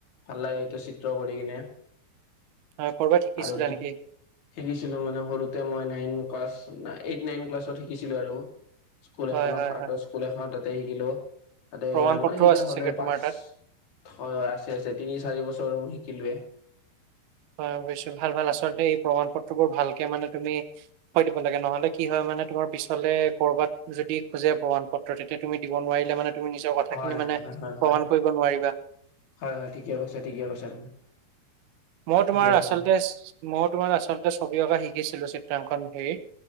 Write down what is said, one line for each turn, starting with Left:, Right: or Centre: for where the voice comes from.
Left: ভাল লাগে সেইটো চিত্ৰ কৰি কিনে।
Right: আহ, কৰ'বাত শিকিছিলা
Left: আৰু
Right: নেকি
Left: শিকিছিলো মানে সৰুতে মই নাইন ক্লাছ এইট নাইন ক্লাছত শিকিছিলো আৰু স্কুল
Right: হয়
Left: এখনত
Right: হয়
Left: আৰ্টৰ
Right: হয়
Left: স্কুল এখনত। তে শিকিলো। তাতে
Right: প্ৰমাণ পত্ৰও
Left: মানে শিকা
Right: আছে
Left: হ'লে
Right: চাগে তোমাৰ
Left: পাঁচ
Right: তাত
Left: হয় আছে আছে তিনি চাৰি বছৰ শিকিলোৱে।
Right: হয়, বুজিছো। ভাল ভাল আচলতে এই প্ৰমাণ পত্ৰবোৰ ভালকে মানে তুমি থয় দিব লাগে। নহ'লে কি হয় মানে তোমাৰ পিছলে ক'ৰবাত যদি খোজে প্ৰমাণ পত্ৰ তেতিয়া তুমি দিব নোৱাৰিলে মানে তুমি নিজৰ কথাখিনি
Left: হয় হয়
Right: মানে
Left: হয় হয়
Right: প্ৰমাণ
Left: হয়
Right: কৰিব নোৱাৰিবা।
Left: হয়, হয় ঠিকে কৈছা ঠিকে কৈছা।
Right: মই
Left: ঠিকে
Right: তোমাৰ
Left: কৈছা
Right: আচলতে মই তোমাৰ আচলতে ছবি অঁকা শিকিছিলো চিত্ৰাংকন হেৰি।